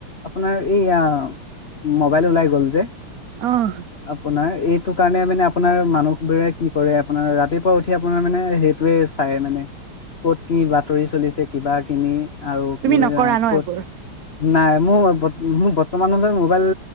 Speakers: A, on the left (about 40°); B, on the right (about 80°).
A: আপোনাৰ এইয়া মোবাইল ওলাই গ'ল যে।
B: অ'।
A: আপোনাৰ এইটো কাৰণে মানে। আপোনাৰ মানুহবোৰে কি কৰে, আপোনাৰ ৰাতিপুৱা উঠি আপোনাৰ মানে সেইটোয়ে চাই মানে। ক'ত কি বাতৰি চলিছে কিবা কিবি। আৰু কি
B: তুমি
A: বুলি
B: নকৰা
A: কয়,
B: ন
A: ক'ত
B: এইবোৰ
A: নাই। মোৰ মোক বৰ্তমানলৈ মোবাইল